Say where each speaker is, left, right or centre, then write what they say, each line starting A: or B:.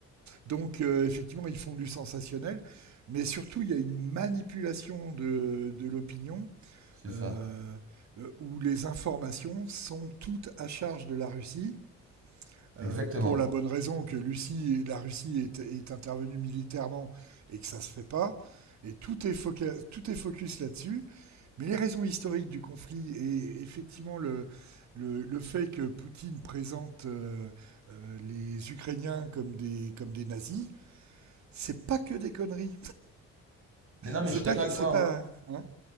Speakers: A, on the right; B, on the right.
A: Donc euh, effectivement, ils font du sensationnel, mais surtout il y a une manipulation de, de l'opinion
B: C'est ça,
A: euh, euh, où les informations sont toutes à charge de la Russie. Euh,
B: exactement.
A: pour la bonne raison que Lucie, la Russie est, est, intervenue militairement et que ça ne se fait pas. Et tout est, foca- tout est focus là-dessus. Mais les raisons historiques du conflit et effectivement le, le, le fait que Poutine présente euh, euh, les Ukrainiens comme des, comme des nazis, c'est pas que des conneries.
B: Mais non, mais
A: C'est
B: je suis
A: pas.
B: d'accord
A: C'est
B: avec toi,
A: pas
B: hein.
A: hein